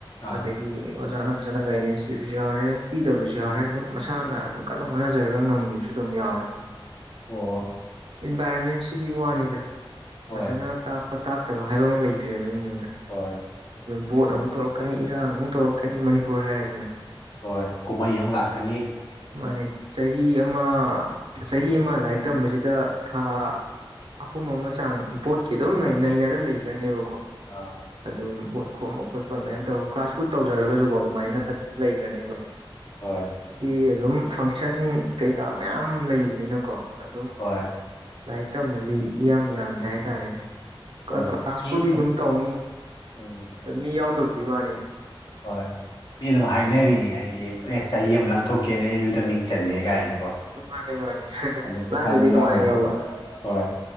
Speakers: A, on the left; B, on the right.
A: ꯑꯥ
B: ꯑꯗꯒꯤ ꯑꯣꯖꯥꯅ ꯐꯖꯅ ꯒꯥꯏꯗꯦꯟꯁ ꯄꯤꯕꯁꯨ ꯌꯥꯎꯔꯦ ꯄꯤ ꯗꯕꯁꯨ ꯌꯥꯎꯔꯦ
A: ꯎꯝ
B: ꯑꯗꯨꯝ ꯃꯁꯥꯅ
A: ꯎꯝ
B: ꯑꯗꯨꯝ ꯀꯟꯅ ꯍꯣꯠꯅꯖꯔꯒ ꯉꯝꯈꯤꯕꯁꯨ ꯑꯗꯨꯝ ꯌꯥꯎꯋ‌ꯦ
A: ꯑꯣ
B: ꯏꯟꯚꯥꯏꯔꯣꯟꯃꯦꯟꯁꯤꯒꯤ ꯋꯥꯅꯤꯗ
A: ꯍꯣꯏ
B: ꯐꯖꯅ ꯇꯥꯛꯄ ꯇꯥꯛꯇꯕ ꯍꯥꯏꯕ ꯑꯃ ꯂꯩꯇ꯭ꯔꯦꯕ ꯑꯦꯝ ꯌꯨ
A: ꯍꯣꯏ
B: ꯕꯣꯠ ꯑꯃꯨꯛ ꯇꯧꯔꯛꯀꯅꯤ ꯏꯔꯥꯡꯒꯤ ꯑꯃꯨꯛ ꯇꯧꯔꯛꯀꯅꯤ ꯃꯅꯤꯄꯨꯔ ꯍꯥꯏꯔ‌ꯦꯗꯅ
A: ꯍꯣꯏ ꯀꯨꯝꯍꯩ ꯑꯃꯨꯛ ꯂꯥꯛꯀꯅꯤ
B: ꯃꯥꯅꯤ ꯆꯍꯤ ꯑꯃ ꯆꯍꯤ ꯑꯃ ꯑꯃ ꯂꯥꯏꯔꯤꯛ ꯇꯝꯕꯁꯤꯗ ꯊꯥ ꯑꯍꯨꯝ ꯑꯃ ꯆꯥꯡ ꯕꯣꯠꯀꯤ ꯑꯗꯨꯝ ꯅꯩꯅꯔ ꯂꯩꯈ꯭ꯔꯅꯦꯕꯀꯣ
A: ꯑꯥ
B: ꯑꯗꯨꯝ ꯈꯣꯝꯕ ꯈꯣꯠꯄ ꯃꯌꯥꯝ ꯇꯧꯔꯒ ꯀ꯭ꯂꯥꯁ ꯄꯨ ꯇꯧꯖꯔꯒꯁꯨꯀꯣ ꯑꯗꯨꯃꯥꯏꯅ ꯑꯗꯨꯝ ꯂꯩꯈ꯭ꯔꯅꯦꯕ
A: ꯍꯣꯏ
B: ꯗꯩ ꯑꯗꯨꯝ ꯐꯪꯁꯟ ꯀꯩꯀꯥ ꯃꯌꯥꯝ ꯂꯩꯕꯅꯤꯅꯀꯣ ꯑꯗꯨꯝ
A: ꯍꯣꯏ
B: ꯂꯥꯏꯔꯤꯛ ꯇꯝꯕꯗꯤ ꯏꯌꯥꯝ ꯏꯌꯥꯝꯗ‌ꯦ ꯍꯥꯏꯇꯥꯔꯦꯗ
A: ꯍꯣꯏ
B: ꯀꯂꯥ ꯀ꯭ꯂꯥꯁꯄꯨꯗꯤ
A: ꯃꯤ
B: ꯑꯗꯨꯝ ꯇꯧꯅꯤ
A: ꯎꯝ
B: ꯃꯤ ꯌꯥꯎꯗꯕꯗꯨꯏ ꯋꯥꯅꯤꯗ
A: ꯍꯣꯏ ꯃꯤ ꯑꯗꯨꯝ ꯍꯥꯏꯅꯔꯤꯅꯤ ꯍꯥꯏꯗꯤ ꯑꯦ ꯆꯍꯤ ꯑꯃ ꯂꯥꯡꯊꯣꯛꯀꯦꯅ ꯑꯦꯝ ꯌꯨꯗ ꯃꯤꯡ ꯆꯜꯂꯦ ꯀꯥꯏꯅ
B: ꯃꯥꯅꯦ ꯃꯥꯅꯦ
A: ꯑꯗꯨꯝ
B: ꯂꯥꯡꯕꯩꯗꯤ
A: ꯍꯥꯏꯕ
B: ꯅꯨꯡꯉꯥꯏꯈ꯭ꯔꯕ
A: ꯌꯥꯎꯔꯤꯅꯦꯕ ꯍꯣꯏ